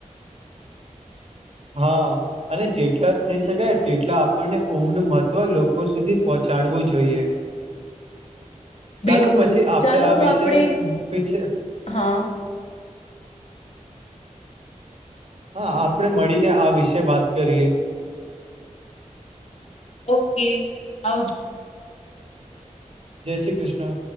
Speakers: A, on the right (about 50°); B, on the left (about 55°).
A: <inaudible> હા અને જેટલા થઈ શકે તેટલા આપણને ઊંઘનું મહત્વ લોકો સુધી પહોંચાડવું જોઈએ. ચાલો
B: બિલકુલ
A: પછી આપડે
B: ચાલો
A: આ
B: તો
A: વિશે
B: આપણે
A: વિછે
B: હા
A: હા આપણે મળીને આ વિશે વાત કરીએ
B: ઓકે આવ
A: જય શ્રી કૃષ્ણ